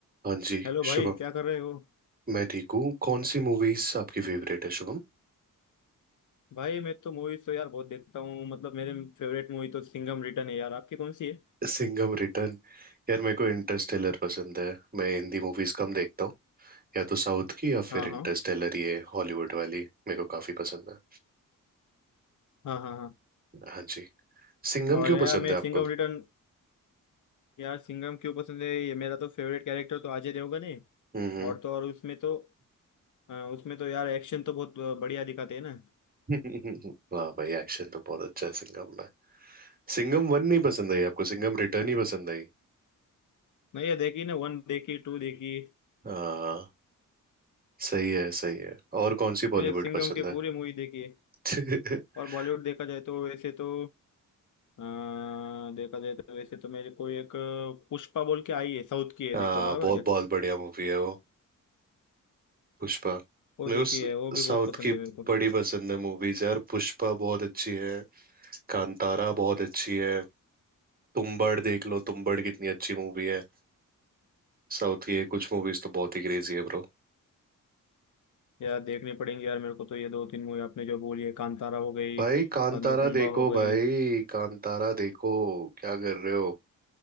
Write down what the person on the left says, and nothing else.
Hello भाई
क्या कर रहे हो
भाई मैं तो मूवीज तो यार बहुत देखता हूँ मतलब मेरे फेवरेट मूवी तो सिंघम रिटर्न है यार आपकी कौन सी है
हाँ
हाँ
हाँ हाँ हाँ
और
यार
मैं
सिंघम रिटर्न यार सिंघम क्यों पसंद है ये मेरा तो फेवरेट कैरेक्टर तो अजय देवगन है
और तो और उसमें तो अ, उसमें तो यार एक्शन तो बहुत बढ़िया दिखाते हैं ना
मैं ये देखी ना वन देखी टू देखी
मैंने सिंघम
के
पूरी मूवी देखी है
और बॉलीवुड देखा जाए तो वैसे तो अ, देखा जाए तो वैसे तो मेरे को एक पुष्पा बोल के आई है साउथ की है
देखो बराबर
क्या
वो
देखी
है वो भी
बहुत पसंद
है मेरे को
यार देखनी पड़ेंगी यार मेरे को तो ये दो तीन मूवी आपने जो बोली है कांतारा हो गई
बाद में कुंबा
हो गई